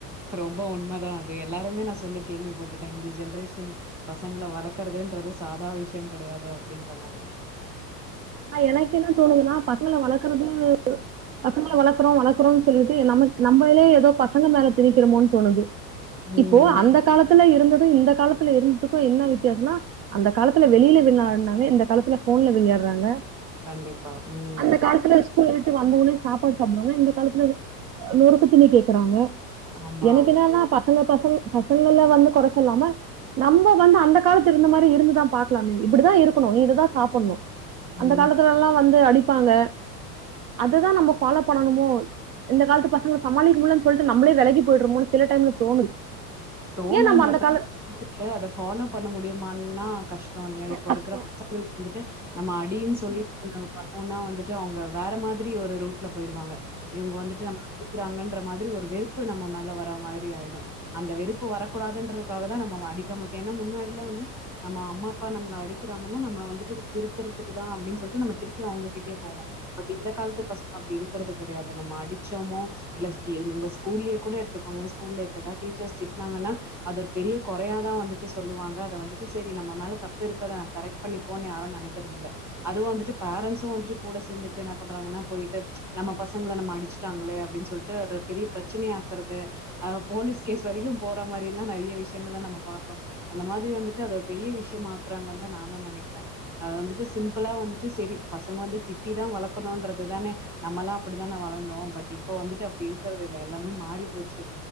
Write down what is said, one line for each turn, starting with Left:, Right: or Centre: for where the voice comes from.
Centre: ரொம்ப உண்மதா அது இப்ப எல்லாருமே நா சொல்லி கேள்விப்பட்டுட்டே இந்தஸ் ஜென்ரேஷன் பசங்கள வளர்க்கறதுன்றது சாதா விஷயஃ கெடையாது அப்டின்ற மாதிரி
Right: ஆ எனக்கு என்ன தோணுதுன்னா பசங்கள வளர்க்கறது பசங்கள வளர்க்குறோ வளர்க்குறோ சொல்லிட்டு நம் நம்மலே ஏதோ பசங்க மேல திணிக்கிறோமோன்னு தோணுது
Centre: ம்
Right: இப்போ
Centre: ம்
Right: அந்த காலத்துல இருந்தது இந்த காலத்து இருந்ததுக்கு என்ன வித்தியாசம்னா அந்த காலத்துல வெளியில விளையாட்னாங்க இந்த காலத்துல ஃபோன்ல விளையாடுறாங்க
Centre: கண்டிப்பா ம்
Right: அந்த காலத்துல ஸ்கூல் விட்டு வந்தவுடனே சாப்பாடு சாப்டுவாங்க இந்த காலத்துல நொறுக்குத்தீணி கேக்குறாங்க
Centre: ஆமா
Right: எனக்கு என்னனா பசங் பசங்க பச பசங்கல வந்து கொற சொல்லாம நம்ம வந்து அந்த காலத்து இருந்த மாதரி இருந்துதா பாக்கலாமே இப்டிதா இருக்கணு இதுதா சாப்டணு அந்த
Centre: ம்
Right: காலத்துல எல்லா வந்து அடி இருகப்பாங்க அததா நம்ம ஃபாலோ பண்ணமோ இந்த காலத்து பசங்கள சமாளிக்க முடிலனு சொல்லிட்டு நம்மளே விலகி போயிடுரமோ சில டைம்ல தோணுது
Centre: தோணு
Right: ஏன் நம்ம
Centre: பட்
Right: அந்த கால
Centre: அத ஃபால்லொவ் பண்ண முடியுமானா <unintelligible> இல்லையா இப்போ
Right: கஷ்ட
Centre: இருக்கிற பசங்களுக்கு வந்துட்டு நம்ம அடின்னு சொல்லிட்டு பண்ணோம்னா வந்துட்டு ட்டு அவங்க வேற மாதிரி ஒரு ரூட்ல போயிடுவாங்க இவங்க வந்துட்டு நம்மல அடிக்கிறாங்கன்னு மாரி ஒரு வெறுப்பு நம்ம மேல வர மாரி ஆயிடு அந்த வெறுப்பு வெறுப்பு வரக்கூடதுன்றதுக்காகதா நம்ம அடிக்க இருக்கோ ஏன்னா முன்னாடியில வந்து நம்ம அம்மா அப்பா நம்மள அடிக்குறாங்கனா நம்மள வந்துட்டு திருத்றதுக்கு தா அப்டின்னு சொல்லிட்டு நம்ம திரு ப்பயோ அவுங்ககிட்டே போவோ பட் இந்த காலத்து பசங்க அப்டி இருக்கு இருகுறது கெடயாது நம்ம அடிச்சோமோ இல்ல ஸ்கூல்லயே கூட எடுத்துக்கோங்க ஸ்கூல்ல இப்பதா டீச்சர்ஸ் நாங்கன்னா அது ஒரு பெரிய கொறயாதா வந்துட்டு சொல்லுவாங்க அத வந்துட்டு சேரி நம்ம மேல தப்பு இருக்கத நம்ம கரெக்ட் பண்ணி போன்னு யாரு நெனக்கறத இல்ல அதுவு வந்துட்டு பேரன்ஸ்சு வந்துட்டு கூட சேர்ந்துட்டு என்ன பண்றாங்கனா போயிட்டு நம்ம பசங்கள நம்ம அடிச்சுட்டாங்களே அப்டின்னு சொல்லிட்டு அது ஒரு பெரிய பிரச்சனைைய ஆக்குறது ஆ போலீஸ் கேஸ் வரைக்கு போற மாரில்லா நெறய விஷயங்கள் நம்ம பாக்குறோ அந்த மாதிரி வந்துட்டு அது ஒரு பெரிய விஷயமாக்குறாங்கனு தா நானு நெனக்குறே அது வந்துட்டு சிம்பிளா வந்துட்டு சரி பசங்க வந்து திட்டிதா வளக்கணுன்றதுதான நம்மல்லா அப்டிதா தான வளந்தோ பட் இப்போ வந்துட்டு அப்டி இருக்குறது இல்ல எல்லா ம் மாறி போச்சு